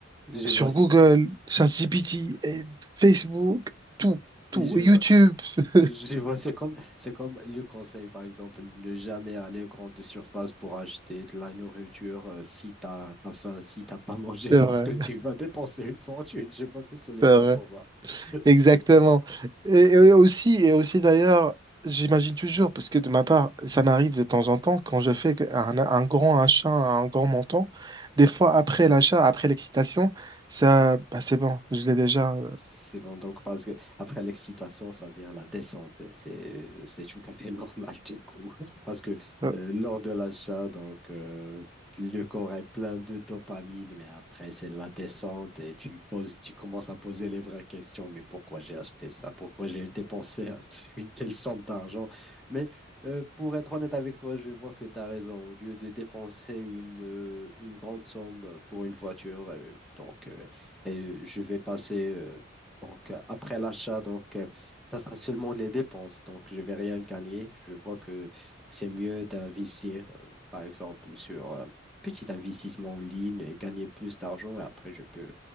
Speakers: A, in the centre; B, on the right (about 20°).
A: je
B: sur
A: vois, ça.
B: Google, ChatGPT, et Facebook, tout, tout,
A: Oui, je
B: YouTube. <laughs>
A: Je vois, c'est comme, c'est comme le conseil, par exemple, ne jamais aller aux grandes surfaces pour acheter de la nourriture euh, si t'as, t'as faim, si t'as pas <laughs> mangé,
B: C'est
A: parce
B: vrai,
A: que tu vas dépenser une fortune. Je vois que c'est le
B: c'est
A: cas
B: vrai.
A: pour moi. <laughs>
B: Exactement.
A: C'est cool.
B: Et, et aussi, et aussi d'ailleurs, j'imagine toujours, parce que de ma part, ça m'arrive de temps en temps, quand je fais un, un grand achat, un grand montant, des fois après l'achat, après l'excitation, ça, bah, c'est bon, je l'ai déjà.
A: C'est bon, donc parce que après l'excitation, ça vient la descente. C'est c'est tout à fait <laughs> normal du coup. Parce que
B: euh,
A: euh, lors de l'achat, donc euh, le corps est plein de dopamine, mais après c'est la descente et tu poses, tu commences à poser les vraies questions. Mais pourquoi j'ai acheté ça? Pourquoi j'ai dépensé <laughs> une telle somme d'argent? Mais euh, pour être honnête avec toi, je vois que tu as raison. Au lieu de dépenser une, euh, une grande somme pour une voiture, euh, donc euh, et je vais passer euh, donc, euh, après l'achat, donc, euh, ça sera seulement les dépenses. Donc, je vais rien gagner. Je vois que c'est mieux d'investir, euh, par exemple, sur un petit investissement en ligne et gagner plus d'argent. Et après, je peux,